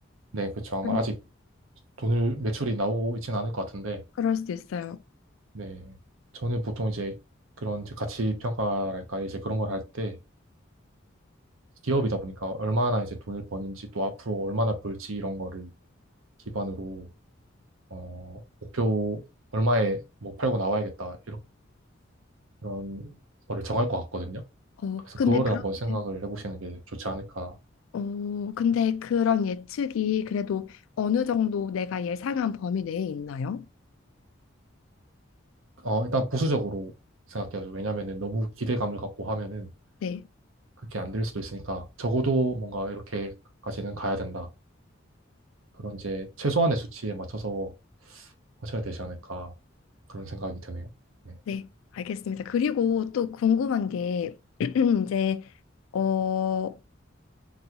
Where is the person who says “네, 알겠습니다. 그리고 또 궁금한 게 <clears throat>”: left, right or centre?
Left